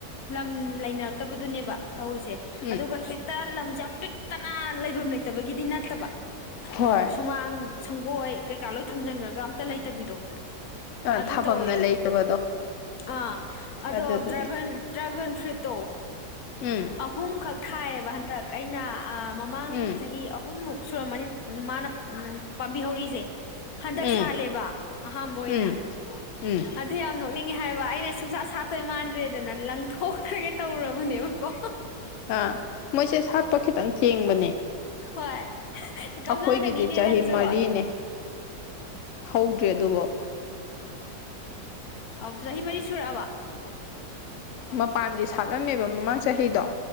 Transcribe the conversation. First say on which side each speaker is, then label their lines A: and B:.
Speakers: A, on the left; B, on the left.
A: ꯂꯝ ꯂꯩꯅꯔꯛꯇꯕꯗꯨꯅꯦꯕ ꯇꯧꯔꯤꯁꯦ
B: ꯎꯝ
A: ꯑꯗꯨꯒ ꯍꯦꯛꯇ ꯂꯝꯁꯦ ꯌꯥꯝ ꯄꯤꯛꯇꯅ ꯂꯩꯐꯝ ꯂꯩꯇ ꯇꯕꯒꯤꯗꯤ ꯅꯠꯇꯕ
B: ꯍꯣꯏ
A: ꯁꯨꯃꯥꯡ ꯁꯪꯒꯣꯏ ꯀꯩꯀꯥ ꯂꯣꯏ ꯊꯝꯖꯟꯒ꯭ꯔꯒ ꯑꯝꯇ ꯂꯩꯇꯕꯤꯗꯣ
B: ꯑ
A: ꯑꯗꯨ
B: ꯊꯥꯐꯝꯅ
A: ꯇꯧꯋꯦ
B: ꯂꯩꯇꯕꯗꯣ
A: ꯑ ꯑꯗꯣ
B: ꯑꯗꯨꯗꯨꯒꯤ
A: ꯗ꯭ꯔꯒꯟ ꯇ꯭ꯔꯒꯟ ꯐ꯭ꯔꯤꯠꯇꯣ
B: ꯎꯝ
A: ꯑꯍꯨꯝ ꯈꯛ ꯊꯥꯏꯌꯦꯕ ꯍꯟꯇꯛ ꯑꯩꯅ ꯑ ꯃꯃꯥꯡ
B: ꯎꯝ
A: ꯆꯍꯤ ꯑꯍꯨꯝꯃꯨꯛ ꯁꯨꯔꯝꯃꯅꯤ ꯎ ꯃꯥꯅ ꯎꯝ ꯄꯥꯝꯕꯤ ꯍꯧꯔꯛꯢꯁꯦ ꯍꯟꯗꯛ
B: ꯎꯝ
A: ꯁꯥꯠꯂꯦꯕ ꯑꯍꯥꯟꯕ ꯑꯣꯏꯅ
B: ꯎꯝ ꯎꯝ
A: ꯑꯗꯨ ꯌꯥꯝ ꯅꯣꯛꯅꯤꯡꯉꯦ ꯍꯥꯏꯕ ꯑꯩꯅ ꯁꯨꯡꯁꯥ ꯁꯥꯠꯇꯣꯏ ꯃꯥꯟꯗ꯭ꯔꯦꯗꯅ ꯂꯪ ꯊꯣꯛꯈ꯭ꯔꯒꯦ ꯇꯧꯔꯨꯔꯕꯅꯦꯕ ꯀꯣ
B: ꯑꯥ ꯃꯣꯏꯁꯦ ꯁꯥꯠꯄ ꯈꯤꯇꯪ ꯊꯦꯡꯕꯅꯦ
A: ꯍꯣꯏ ꯒꯝꯂꯥꯗꯅꯤꯅꯦ
B: ꯑꯩꯈꯣꯏꯒꯤꯗꯤ ꯆꯍꯤ
A: ꯅꯪꯁꯨ
B: ꯃꯔꯤꯅꯦ ꯍꯧ ꯗ꯭ꯔꯦꯗꯨꯕꯧ
A: ꯑꯣ ꯆꯍꯤ ꯃꯔꯤ ꯁꯨꯔꯛꯑꯕ
B: ꯎꯝ ꯃ ꯄꯥꯟꯗꯤ ꯁꯥꯠꯂꯝꯃꯦꯕ ꯃꯃꯥꯡ ꯆꯍꯤꯗꯣ